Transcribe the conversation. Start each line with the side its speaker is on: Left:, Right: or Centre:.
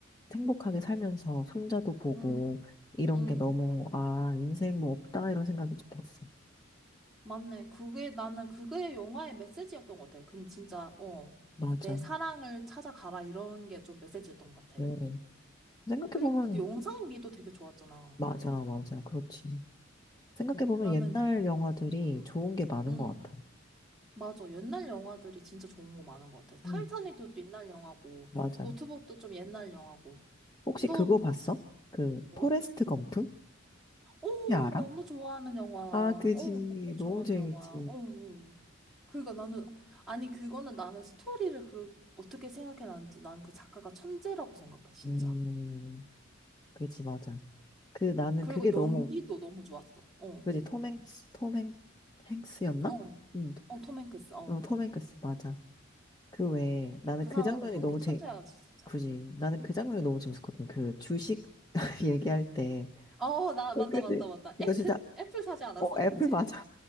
Left: 행복하게 살면서 손자도 보고
Centre: 응,
Left: 이런
Centre: 응,
Left: 게 너무 아 인생 뭐 없다 이런 생각이 좀 들었어.
Centre: 맞네. 그게 나는 그게 영화의 메시지였던 것 같아. 근 진짜, 어,
Left: 맞아.
Centre: 내 사랑을 찾아가라 이런 게 좀 메시지였던 것 같아.
Left: 응. 생각해
Centre: 그리고
Left: 보면
Centre: 그 영상미도 되게 좋았잖아.
Left: 맞아 맞아 그렇지. 생각해보면
Centre: 나는
Left: 옛날 영화들이
Centre: 음.
Left: 좋은 게 많은
Centre: 응,
Left: 것 같아.
Centre: 맞아. 옛날 영화들이 진짜 좋은 거 많은 것 같아. 타이타닉도
Left: 음.
Centre: 옛날 영화고,
Left: 맞아.
Centre: 노트북도 좀 옛날 영화고.
Left: 혹시
Centre: 또,
Left: 그거 봤어? 그,
Centre: 뭐?
Left: 포레스트 검프?
Centre: 오,
Left: 혹시 알아?
Centre: 너무 좋아하는 영화. 어,
Left: 아, 그지.
Centre: 너무
Left: 너무
Centre: 좋아하는
Left: 재밌지.
Centre: 영화. 어, 어. 어. 그러니까 나는, 아니, 그거는 나는 스토리를 그, 어떻게 생각해놨는지 난 그 작가가 천재라고 생각해, 진짜.
Left: 음, 그지, 맞아. 그, 나는
Centre: 그리고
Left: 그게
Centre: 연기도
Left: 너무,
Centre: 너무 좋았어. 어,
Left: 그지, 톰 행스, 톰 행, 행스였나?
Centre: 어,
Left: 응,
Centre: 어, 톰 행크스. 어,
Left: 어,
Centre: 어.
Left: 톰 행크스, 맞아. 그 외에, 나는
Centre: 그
Left: 그
Centre: 사람은
Left: 장면이
Centre: 연기
Left: 너무
Centre: 천재야,
Left: 재,
Centre: 진짜.
Left: 그지. 나는 그 장면이 너무 재밌었거든. 그, 주식 <laughs> 얘기할 때.
Centre: 어, 나,
Left: 어,
Centre: 맞다,
Left: 그지.
Centre: 맞다, 맞다.
Left: 이거
Centre: 애플?
Left: 진짜,
Centre: 애플 사지 않았어?
Left: 어, 애플
Centre: 그치?
Left: 맞아.